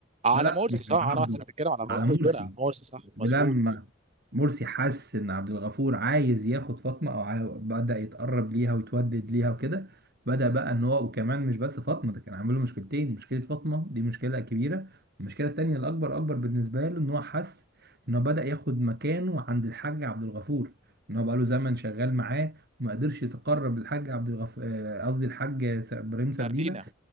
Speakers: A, on the right (about 30°); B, on the right (about 50°).
A: على
B: لا لا
A: مورسي
B: مش
A: صح
B: على
A: انا
B: عبده
A: احسن بتتكلم على مورسي
B: على مرسي
A: على مورسي صح
B: ولما
A: مظبوط
B: مرسي حس ان عبد الغفور عايز ياخد فاطمه او عاو- بدأ يتقرب ليها ويتودد ليها وكده بدأ بقى ان هو وكمان مش بس فاطمه ده كان عامل له مشكلتين مشكله فاطمه دي مشكله كبيره والمشكله التانيه الاكبر اكبر بالنسبه له ان هو حس ان هو بدأ ياخد مكانه عند الحاج عبد الغفور ان هو بقى له زمن شغال معاه وما قدرش يتقرب للحاج عبد الغفور قصدي الحاج س- ابراهيم سردينه
A: سردينا